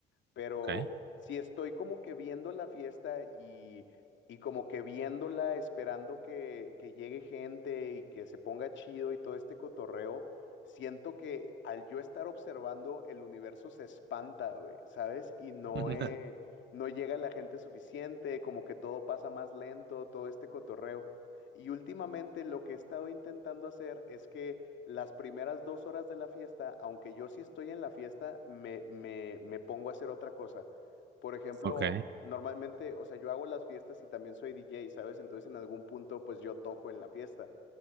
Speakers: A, on the left; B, on the right.
A: pero
B: ok.
A: si estoy como que viendo la fiesta y, y como que viéndola, esperando que, que llegue gente y que se ponga chido y todo este cotorreo, siento que al yo estar observando, el universo se espanta, güey, ¿sabes? Y no,
B: <laughs>
A: eh, no llega la gente suficiente, como que todo pasa más lento, todo este cotorreo. Y últimamente lo que he estado intentando hacer es que las primeras dos horas de la fiesta, aunque yo sí estoy en la fiesta, me, me, me pongo a hacer otra cosa. Por ejemplo,
B: Ok,
A: normalmente, o sea, yo hago las fiestas y también soy DJ, ¿sabes? Entonces en algún punto, pues yo toco en la fiesta.